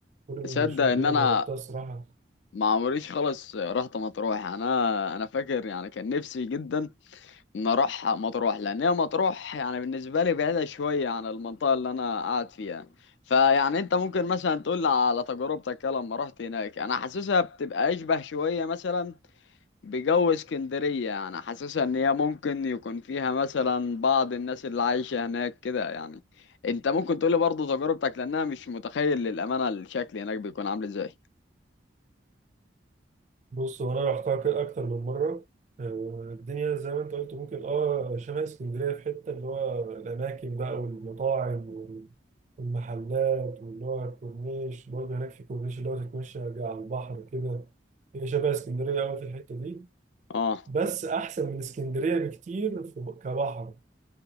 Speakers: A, on the right; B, on the left.
A: كل
B: تصدق
A: الشواطئ
B: ان
A: اللي
B: انا
A: انا جربتها الصراحه
B: ما عمريش خالص رحت مطروح انا انا فاكر يعني كان نفسي جدا نروح مطروح لان هي مطروح يعني بالنسبه لي بعيده شويه عن المنطقه اللي انا قاعد فيها فيعني انت ممكن مثلا تقول لي على تجربتك كده لما رحت هناك انا حاسسها بتبقى اشبه شويه مثلا بجو اسكندريه يعني حاسسها ان هي ممكن يكون فيها مثلا بعض الناس اللي عايشه هناك كده يعني انت ممكن تقول لي برضه تجربتك لانها مش متخيل للامانه الشكل هناك بيكون عامل ازاي
A: بص وانا رحتها كده اكتر من مره آه، الدنيا زي ما انت قلت ممكن اه شبه اسكندريه في حته اللي هو الاماكن بقى والمطاعم وال- والمحلات واللي هو الكورنيش برضه هناك في كورنيش اللي هو تتمشى على البحر كده هي شبه اسكندريه قوي في الحته دي
B: اه
A: بس احسن من اسكندريه بكتير في كبحر